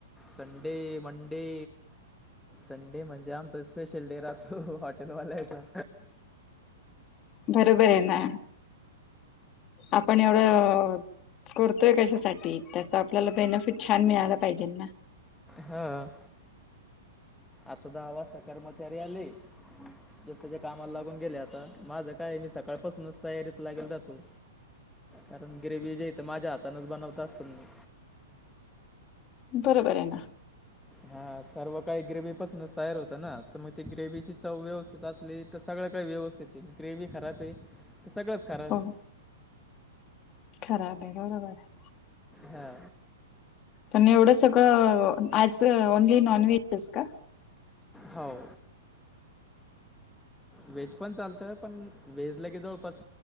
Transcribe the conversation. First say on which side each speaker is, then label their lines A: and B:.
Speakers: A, in the centre; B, on the left.
A: संडे मंडे संडे म्हणजे आमचा स्पेशल डे राहतो हॉटेलवाल्याचा.
B: बरोबर आहे ना. आपण एवढं करतोय कशासाठी त्याच आपल्याला बेनिफिट छान मिळाला पाहिजे ना.
A: ह. आता दहा वाजता कर्मचारी आले
B: <inaudible> <unintelligible>
A: ज्याच्या त्याच्या कामाला लागून गेले आता माझं काय मी सकाळपासूनच तयारीत लागून राहतो. कारण ग्रेवी जे इथ माझ्या हातानच बनवत असतो मी.
B: बरोबर आहे ना.
A: हा सर्व काही ग्रेवही पासूनच तयार होतं ना तर मग ते ग्रेव्हीची चव व्यवस्थित असली तर सगळं काही व्यवस्थित आहे ग्रेवी खराब आहे तर सगळंच खराब
B: हो
A: आहे.
B: खराब आहे बरोबर आहे <unintelligible>
A: हा.
B: पण एवढं सगळं आज ओनली नॉनव्हेजच का?
A: हाव. व्हेज पण चालत पण व्हेज लगे जवळपास